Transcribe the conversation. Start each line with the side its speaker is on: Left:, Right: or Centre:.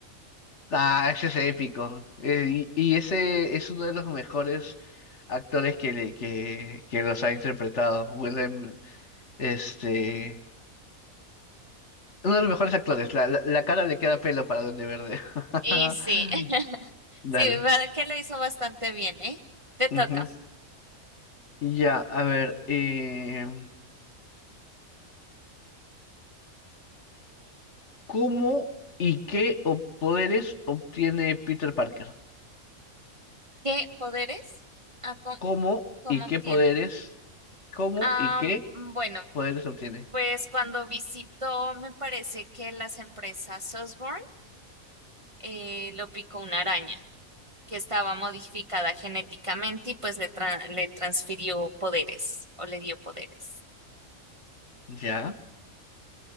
Left: Ah, ese es épico. Eh, y, y ese es uno de los mejores actores que, le- que, que los ha interpretado. Willem, este, uno de los mejores actores. La, la, la cara le queda pelo para Duende Verde.
Right: Y sí,
Left: <laughs>
Right: <laughs>
Left: Dale.
Right: sí, va- que lo hizo bastante bien, ¿eh? Te toca.
Left: Ujú. Ya, a ver. eh, ¿Cómo y qué ob- poderes obtiene Peter Parker?
Right: ¿Qué poderes? Ah, ¿cómo,
Left: ¿Cómo
Right: cómo
Left: y qué
Right: obtiene?
Left: poderes? ¿Cómo
Right: Ah,
Left: y qué
Right: bueno,
Left: poderes obtiene?
Right: pues cuando visitó, me parece que las empresas Sosborn eh, lo picó una araña que estaba modificada genéticamente y pues le, tra- le transfirió poderes o le dio poderes.
Left: Ya,